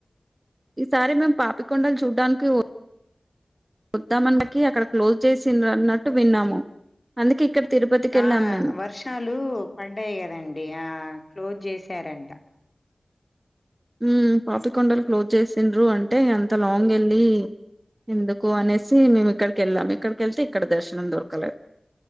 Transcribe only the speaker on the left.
ఆ
వర్షాలు పడ్డాయి కదండి ఆ క్లోజ్ చేశారంట